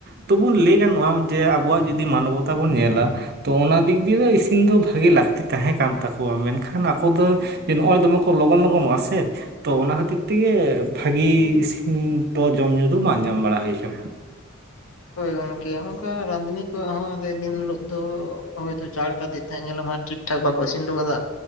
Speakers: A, on the right; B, on the left.
A: ᱛᱚᱵᱩᱱ ᱞᱟᱹᱭ ᱜᱟᱱᱚᱜ-ᱟ ᱡᱮ ᱟᱵᱚᱣᱟᱜ ᱡᱩᱫᱤ ᱢᱟᱱᱚᱣᱚᱛᱟ ᱵᱚᱱ ᱧᱮᱞᱟ ᱛᱚ ᱚᱱᱟ ᱫᱤᱠᱼᱼ <unintelligible> ‌ᱤᱥᱤᱱ ᱫᱚ ᱵᱷᱟᱹᱜᱤ ᱞᱟᱹᱠᱛᱤ ᱛᱟᱦᱮᱸ ᱠᱟᱱ ᱛᱟᱠᱚᱣᱟ ᱢᱮᱱᱠᱷᱟᱱ ᱟᱠᱚ ᱫᱚ ᱮᱻ ᱱᱚᱜᱼᱚᱭ ᱫᱚᱢᱮ ᱠᱚ ᱞᱚᱜᱚᱱ ᱞᱚᱜᱚᱱᱚᱜᱼᱟ ᱥᱮ ᱛᱚ ᱚᱱᱟ ᱠᱷᱟᱹᱛᱤᱨ ᱛᱮᱜᱮ ᱵᱷᱟᱹᱜᱤ ᱥᱤᱤᱱ ᱫᱚ ᱡᱚᱢ ᱧᱩ ᱫᱚ ᱵᱟᱝ ᱧᱟᱢ ᱵᱟᱲᱟ ᱦᱩᱭ ᱟᱠᱟᱱᱟ᱾ <inaudible>
B: ᱦᱳᱭ ᱜᱚᱝᱠᱮ ᱚᱱᱠᱟ ᱨᱟᱸᱫᱷᱱᱤ ᱠᱚᱣᱟᱜ ᱦᱚᱸ ᱟᱫᱮ ᱫᱤᱱ ᱦᱤᱞᱚᱜ ᱫᱚ ᱦᱚᱭᱛᱚ ᱪᱟᱲ ᱠᱟᱛᱮ <unintelligible> ᱧᱮᱞᱟᱢ ᱦᱟᱸᱜ ᱴᱷᱤᱠ ᱴᱷᱟᱠ ᱵᱟᱠᱚ ᱤᱥᱤᱱ ᱚᱴᱚ ᱠᱟᱫᱟᱜᱼᱟ